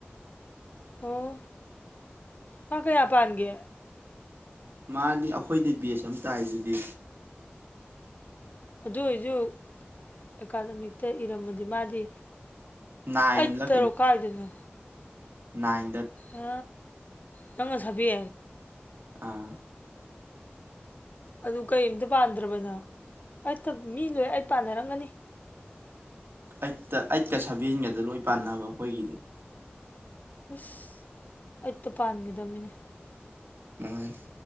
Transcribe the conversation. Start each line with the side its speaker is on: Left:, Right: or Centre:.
Left: ꯑꯣ ꯃꯥ ꯀꯌꯥ ꯄꯥꯟꯒꯦ
Right: ꯃꯥꯗꯤ ꯑꯩꯈꯣꯏꯗ ꯕꯦꯁ ꯑꯃ ꯇꯥꯏꯗꯨꯗꯤ
Left: ꯑꯗꯨ ꯑꯣꯏꯁꯨ ꯑꯦꯀꯥꯗꯃꯤꯛꯇ ꯏꯔꯝꯃꯗꯤ ꯃꯥꯗꯤ
Right: ꯅꯥꯏꯟꯂ
Left: ꯑꯩ ꯇꯔꯣ ꯀꯥꯏꯗꯅꯣ
Right: ꯅꯥꯟ
Left: ꯑ ꯅꯪꯅ ꯁꯥꯕꯤ
Right: ꯑꯥ
Left: ꯑꯗꯨ ꯀꯔꯤꯝꯇ ꯄꯥꯟꯗ꯭ꯔꯕꯅꯣ ꯑꯩ ꯃꯤ ꯂꯣꯏ ꯑꯩ ꯄꯥꯟꯅꯔꯝꯒꯅꯤ
Right: ꯑꯩꯠꯇ ꯑꯩꯠꯀ ꯁꯚꯦꯟꯒꯗ ꯂꯣꯏ ꯄꯥꯟꯅꯕ ꯑꯩꯈꯣꯏꯒꯤ
Left: ꯑꯁ ꯑꯩꯠꯇꯣ ꯄꯥꯟꯒꯗꯃꯤꯅꯦ
Right: ꯃꯥꯅꯤ